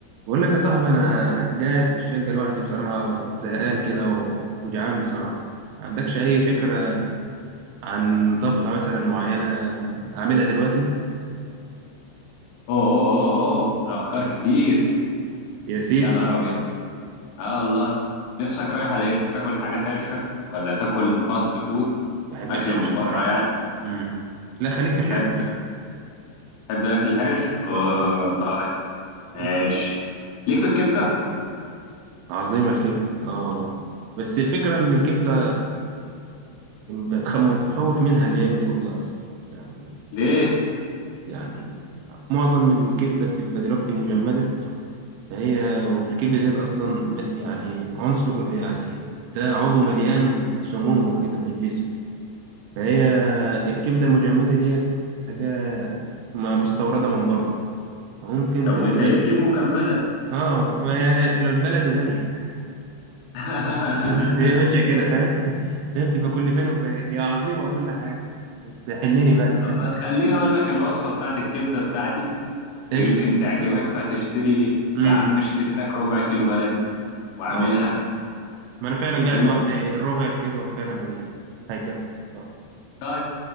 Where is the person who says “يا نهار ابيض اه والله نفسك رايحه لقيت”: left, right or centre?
Left